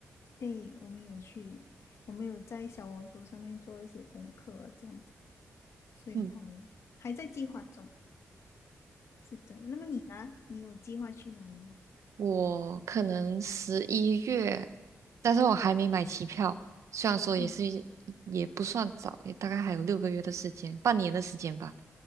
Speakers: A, on the left; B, on the right.
A: 对，我们有去，我们有在小红书上面做一些功课，这样子，所以还还在计划中。
B: 嗯。
A: 是的，那么你呢？你有计划去哪里吗？
B: 我可能十一月，但是我还没买机票。虽然说也是
A: 嗯
B: 也不算早，也大概还有六个月的时间，半年的时间吧。